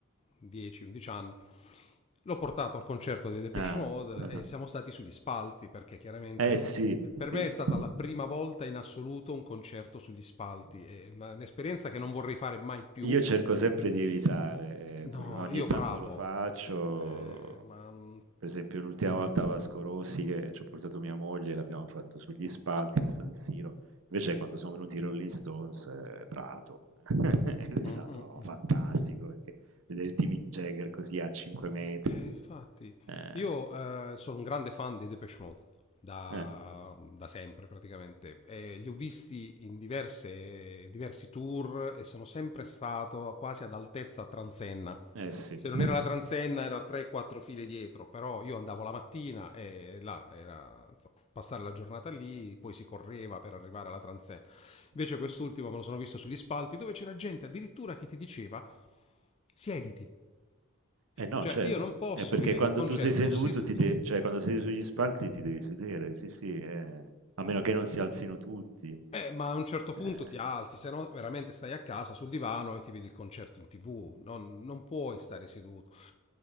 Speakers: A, on the left; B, on the right.
A: 10-11 anni, L'ho portato al concerto dei Depeche
B: Ah,
A: Mode
B: ah.
A: e siamo stati sugli spalti perché chiaramente
B: Eh sì,
A: eh,
B: sì,
A: per me è
B: sì.
A: stata la prima volta in assoluto un concerto sugli spalti, è una- un'esperienza che non vorrei fare mai più.
B: Io cerco sempre di evitare, ehm, pur
A: No,
B: ogni
A: io
B: tanto
A: prato,
B: lo faccio.
A: Eh, ma... mm,
B: Per esempio l'ultima volta a Vasco Rossi che c'ho portato mia moglie, l'abbiamo fatto sugli spalti a San Siro, invece quando sono venuti i Rolling Stones, ehm, Prato. <laughs> Ed è
A: mm,
B: stato
A: mm. mm.
B: fantastico perché vederti Mick Jagger così a 5 metri,
A: Eh, infatti,
B: ehm
A: io eh, sono un grande fan di Depeche Mode da,
B: eh,
A: da sempre praticamente. E li ho visti in diverse, diversi tour e sono sempre stato quasi ad altezza transenna.
B: eh sì.
A: Se
B: <laughs>
A: non era la transenna, era 3-4 file dietro, però io andavo la mattina e là era insomma, passare la giornata lì, poi si correva per arrivare alla transenna. Invece quest'ultimo me lo sono visto sugli spalti dove c'era gente addirittura che ti diceva siediti
B: Eh no,
A: cioè,
B: certo.
A: io non posso
B: È perché
A: vedere
B: quando
A: un concerto
B: tu sei seduto,
A: seduto.
B: ti de- cioè quando sei sugli spalti ti devi sedere, sì, sì, eh. A meno che non si alzino tutti.
A: Eh, ma a un certo punto
B: Eh.
A: ti alzi, se no veramente stai a casa sul divano e ti vedi il concerto in tv. Non, non puoi stare seduto.